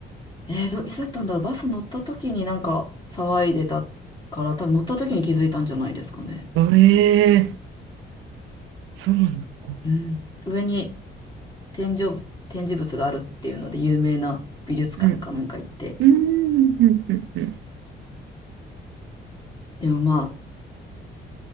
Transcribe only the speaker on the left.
えーと、いつだったんだろう、バス乗った時になんか騒いでたから、多分乗った時に気づいたんじゃないですかね。
うん。上に天井ぶ、展示物があるっていうので有名な美術館かなんか行って。
でもま